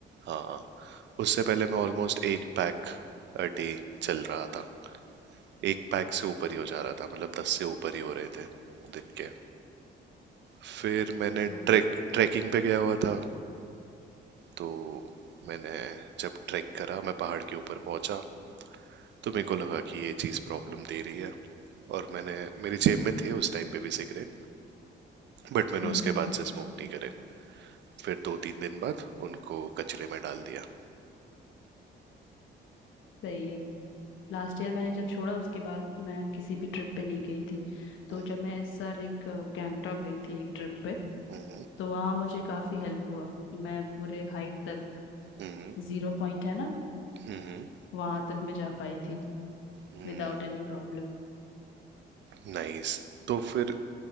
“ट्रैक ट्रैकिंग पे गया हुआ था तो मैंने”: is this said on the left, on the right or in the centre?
Right